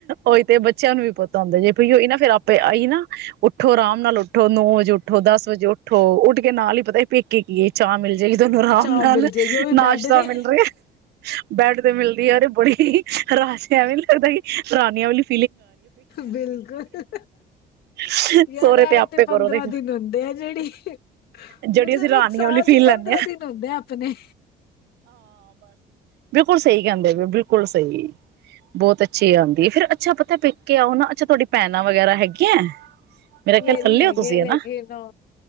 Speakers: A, on the right; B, on the left.
A: ਉਹੀ ਤੇ ਬਚ ਬੱਚਿਆਂ ਨੂੰ ਵੀ ਪਤਾ ਹੁੰਦਾ, ਜੇ ਪਈ ਉਹ ਇਹਨਾਂ ਸਿਰ ਆਪੇ ਆਈ ਨਾ, ਉੱਠੋ ਆਰਾਮ ਨਾਲ ਉੱਠੋ ਨੌ ਵਜੇ ਉੱਠੋ, ਦਸ ਵਜੇ ਉੱਠ। ਹੋਰ ਉੱਠ ਕਿ ਨਾਲ ਹੀ ਪਤਾ, ਪੇਕੇ ਕੀ ਹੈ? ਚਾਹ ਮਿਲ ਜਾਏਗੀ ਤੁਹਾਨੂੰ ਆਰਾਮ
B: ਚਾਹ
A: ਨਾਲ,
B: ਮਿਲ ਜਾਏਗੀ ਉਹ ਵੀ
A: ਨਾਸ਼ਤਾ
B: ਬੈਡ ਦੇ
A: ਮਿਲ ਰਿਹਾ। ਬੈਡ ਮਿਲਦੀ ਹੈ ਤੇ ਬੜੀ, ਹਰਾਸ਼ ਜਾਂ ਐਵੇਂ ਨੀ ਲੱਗਦਾ, ਕਿ ਰਾਣੀਆਂ ਵਾਲੀ ਫੀਲ
B: ਬਿਲਕੁਲ
A: ਸਹੁਰੇ
B: ਯਾਰ
A: ਤੇ ਆਪੇ
B: ਇਥੇ
A: ਕਰੋ
B: ਪੰਦਰਾਂ
A: ਦੇ
B: ਦਿਨ ਹੁੰਦੇ ਆ, ਜਿਹੜੀ
A: ਜਿਹੜੀ
B: ਮਤਲਬ
A: ਅਸੀਂ ਰਾਣੀਆਂ
B: ਇੱਕ ਸਾਲ
A: ਵਾਲੀ ਫੀਲ
B: ਚ ਪੰਦਰਾਂ
A: ਲੈਂਦੇ
B: ਦਿਨ ਹੁੰਦੇ ਆ ਆਪਣੇ।
A: ਬਿਲਕੁੱਲ ਸਹੀ ਕਹਿੰਦੇ ਪਏ ਬਿੱਲ ਕੁੱਲ ਸਹੀ। ਬਹੁਤ ਅੱਛੀ ਆਉਂਦੀ ਏ, ਫ਼ਿਰ ਅੱਛਾ ਪੇਕੇ ਆਓ ਨਾ, ਅੱਛਾ ਤੁਹਾਡੀ ਭੈਣਾਂ ਵਗੈਰਾ ਹੈਗੀਆਂ ਮੇਰਾ
B: ਮੇਰੀ
A: ਖਿਆਲ ਕੱਲੇ
B: ਹੈਗੀ
A: ਹੋ ਤੁਸੀਂ
B: ਆ, ਲੇਕਿਨ
A: ਹਨਾ
B: ਨਾ